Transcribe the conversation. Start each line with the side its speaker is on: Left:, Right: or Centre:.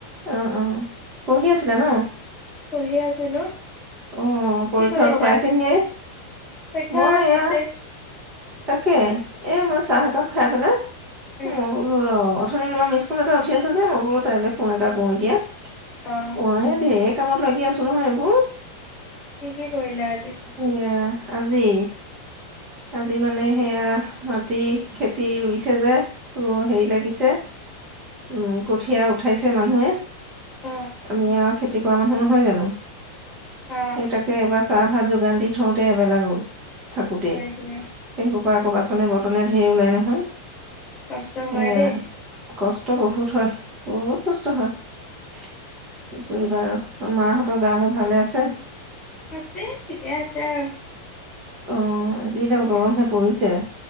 Right: অ' অ' পঢ়ি আছিলা ন?
Left: পঢ়ি আছিলোঁ।
Right: অ পৰীক্ষাতো
Left: কি কৰিছা?
Right: পাইছেহিয়ে
Left: পৰীক্ষা
Right: মই
Left: ত্ৰিৰিচ
Right: এয়া
Left: তাৰিখ।
Right: তাকে এ মই চাহ একাপ খাই পেলাই
Left: উম
Right: মই বোলো ৰহ অথনি তোমাৰ মিচ মিচ কল এটা উঠি আছে যে মই বোলো তাইলৈ ফোন এটা কৰো এতিয়া।
Left: অ'
Right: মই ঢেৰ কামত লাগি আছো নহয় এইবোৰ।
Left: কি কি কৰিলা আজি।
Right: এইয়া আজি। আজি মানে সেয়া মাটি খেতি ৰুইছে যে ৰ হেৰি লাগিছে। উম, কঠিয়াৰ উঠাইছে মানুহে।
Left: অ
Right: আমি আৰু খেতি কৰা মানুহ নহয় জানো।
Left: অ'
Right: সেই তাকে এবাৰ চাহ ভাত যোগান দি থওঁতে এবেলা গ'ল থাকোতে।
Left: হয় দিয়া
Right: সেই সোপা আকৌ বাচনে বৰ্তনে ধেৰ ওলাই নহয়
Left: কষ্ট হয়
Right: সেয়া
Left: দেই।
Right: কষ্ট। কষ্ট বহুত হয়, বহুত কষ্ট হয়। কি কৰিবা আৰু মাহঁতৰ গা মোৰ ভালে আছে।
Left: আছে, ঠিকে আছে আৰু।
Right: অ' যিডাল
Left: দিয়া।
Right: গৰমহে পৰিছে